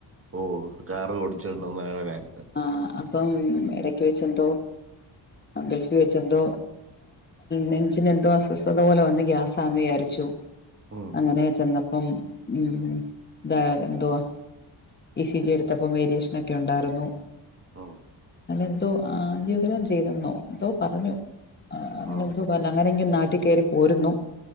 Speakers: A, on the right; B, on the left.
A: ഓ കാറ് ഓടിച്ച് കൊണ്ടുവന്ന ആയാള് നേരെത്തെ
B: ആഹ് അപ്പം. മ്മ്. എടക്ക് വെച്ച് എന്തോ ഗൾഫിൽ വെച്ച് എന്തോ നെഞ്ചിനെ എന്തോ അസ്വസ്ഥത പോലെ വന്ന് ഗ്യാസാന്ന് വിചാരിച്ചു
A: ഉം.
B: അങ്ങനെ ചെന്ന ഉം ഉം ദാ എന്തുവാ ഇ സി ജി എടുത്തപ്പം വേരിയേഷൻ ക്കെണ്ടായിരുന്നു
A: ആ
B: ന്തൊ ആൻജിയോഗ്രം ചെയ്തെന്നോ ന്തൊ പറഞ്ഞു അ
A: ആ
B: ങ്ങനെന്തോ പറഞ്ഞ് അങ്ങനെങ്കി നാട്ടി കേറി പോരുന്നോ